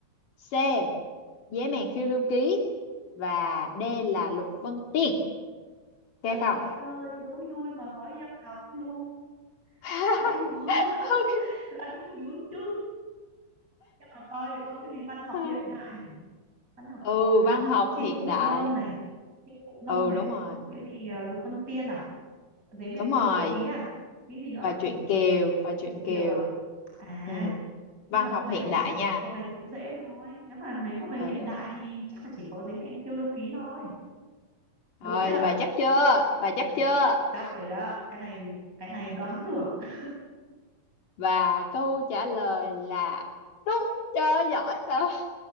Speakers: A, on the left (about 75°); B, on the right (about 25°).
A: C. Dế mèn phiêu lưu ký và D là Lục Vân Tiên. Ok
B: Trời
A: không?
B: ơi, đố vui mà hỏi văn học luôn.
A: <laughs>
B: Hay quá. <laughs>
A: Ok.
B: Là vui dữ chứ. Nhưng mà coi để coi cái gì văn học
A: <laughs>
B: hiện đại hả? Văn học
A: ừ
B: hiện đại
A: văn
B: à?
A: học
B: Chinh
A: hiện
B: phụ
A: đại
B: ngâm này, chinh phụ ngâm
A: ừ
B: này.
A: đúng rồi
B: Cái gì ờ, Lục Vân Tiên à? Giấy mèn
A: đúng rồi
B: phiêu lưu ký à? Cái gì nữa?
A: và truyện Kiều và truyện
B: Chuyện Kiều
A: Kiều
B: à? À,
A: ừ
B: nhưng
A: văn
B: mà
A: học
B: câu này
A: hiện
B: thì
A: đại nha
B: câu này thì cũng dễ thôi nếu mà nếu mà về
A: ừ
B: hiện đại thì chắc là chỉ có giấy mèn phiêu lưu ký thôi đúng
A: rồi
B: chưa
A: bà chắc chưa bà chắc
B: đúng
A: chưa
B: chắc rồi đó cái này cái này đoán được
A: và câu trả lời là đúng cho giỏi rồi